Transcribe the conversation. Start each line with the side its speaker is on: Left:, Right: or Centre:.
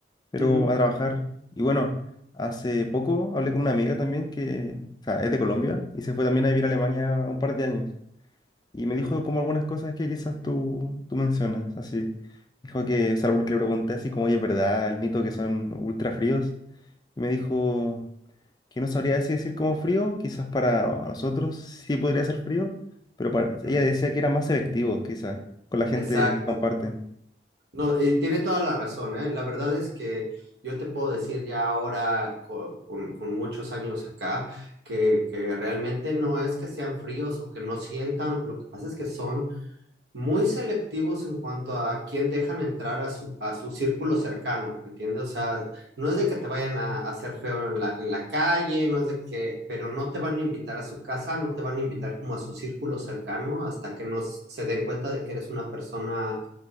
Left: pero
Right: Ujú,
Left: a trabajar. Y bueno, hace poco hablé con una amiga también que, o sea, es de Colombia y se fue también a vivir a Alemania un par de años. Y me
Right: ujú,
Left: dijo como algunas cosas que quizás tú, tú mencionas, así. Dijo que, o sea, porque le pregunté así como, oye, ¿es verdad el mito que son ultra fríos? Y me dijo que no sabría así decir como frío, quizás para nosotros sí podría ser frío, pero para, ella
Right: ujú.
Left: decía que era más selectivo, quizás, con la gente
Right: Exacto.
Left: que comparten.
Right: No, eh, tiene toda la razón, ¿eh? La verdad es que yo te puedo decir ya ahora, co- con, con muchos años acá, que, que realmente no es que sean fríos o que no sientan, lo que pasa es que son muy selectivos en cuanto a quién dejan entrar a su, a su círculo cercano, ¿entiendes? O sea, no es de que te vayan a, a hacer feo en la, en la calle, no es de que, pero no te van a invitar a su casa, no te van a invitar como a su círculo cercano hasta que no se den cuenta de que eres una persona